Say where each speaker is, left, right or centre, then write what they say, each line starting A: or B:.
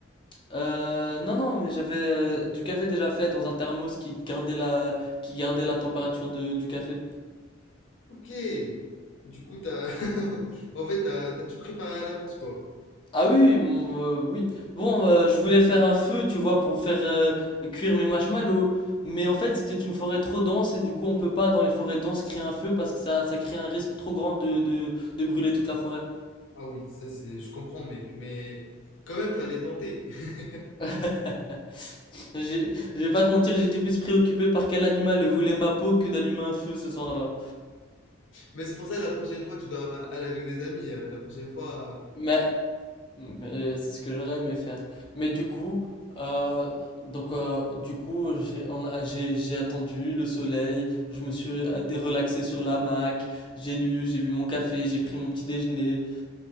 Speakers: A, on the left (about 25°); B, on the left (about 75°).
A: Euh, non, non, mais j'avais euh, du café déjà fait dans un thermos qui gardait la, qui gardait la température de- du café.
B: OK. Du coup, t'as, <laughs> en fait, t'as, t'as tout préparé à l'avance, quoi.
A: Ah oui, mm, euh, oui. Bon, euh, je voulais faire un feu, tu vois, pour faire euh, cuire mes marshmallows. Mais en fait, c'était une forêt trop dense et du coup, on peut pas dans les forêts denses créer un feu parce que ça, ça crée un risque trop grand de, de, de brûler toute la forêt.
B: Ah oui, ça c'est, je comprends, mec, mais quand même, fallait tenter. <laughs>
A: <laughs> J'ai- Je vais pas te mentir, j'étais plus préoccupé par quel animal voulait ma peau que d'allumer un feu ce soir-là.
B: Mais c'est pour ça, la prochaine fois, tu dois aller avec des amis. euh, La prochaine fois,
A: Mais Mais c'est ce que j'aurais aimé faire. Mais du coup, euh, donc euh, du coup, j'ai on a- j'ai j'ai attendu le soleil, je me suis euh, dé- relaxé sur l'hamac, j'ai lu, j'ai bu mon café, j'ai pris mon petit déjeuner